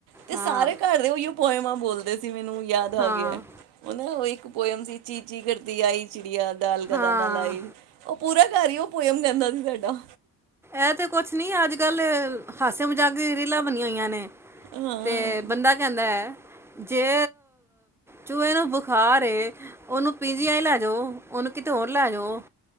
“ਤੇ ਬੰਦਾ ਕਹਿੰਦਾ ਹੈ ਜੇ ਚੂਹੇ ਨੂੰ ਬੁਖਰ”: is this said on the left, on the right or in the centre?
Centre